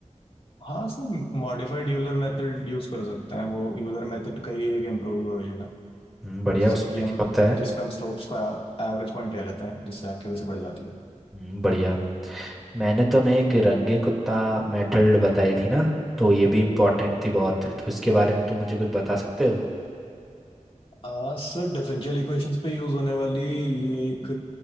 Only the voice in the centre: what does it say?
हम्म, बढ़िया
उसमें
क्या होता है
हम्म, बढ़िया मैंने तुम्हें एक रंगे कुत्ता मेथड बताई थी ना तो ये भी इम्पोर्टेंट थी बहुत तो इसके बारे में तुम मुझे कुछ बता सकते हो